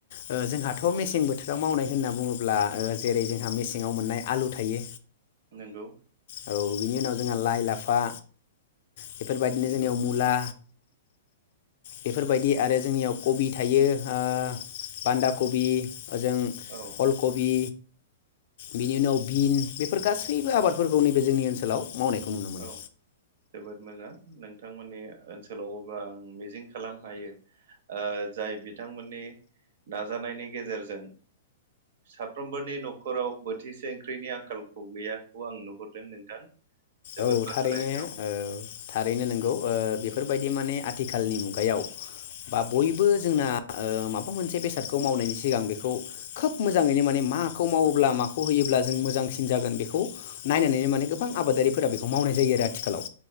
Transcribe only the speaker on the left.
ओ जोंहाथ थ मेसें बोथोराव मावनाय होनना बुङोब्ला ओ जेरै जोंहा मेसेंआव मोननाय आलु थायो।
औ बिनि उनाव जोंहा लाइ लाफ बा बेफोरबायदिनो
जोंनियाव मुला बेफोरबायदि आरो जोंनियाव कबि थायो ओ बान्दा कबि ओजों
अलकबि बिनि उनाव बिन बेफोर गासैबो आबादफोरखौ नैबे जोंनि ओनसोलाव मावनायखौ नुनो मोनो
औ
थारैनो ओ थारैनो नोंगौ। ओ बेफोरबायदि माने आथिखालनि मुगायाव बा बयबो जोंना ओ माबा मोनसे बेसादखौ मावनायनि सिगां बेखौ खोब मोजाङैनो माने माखौ मावोब्ला माखौ होयोब्ला जों मोजांसिन जागोन बेखौ नायनानैनो माने गोबां आबादारि फोरा बेखौ मावनाय जायो आरो आथिखालाव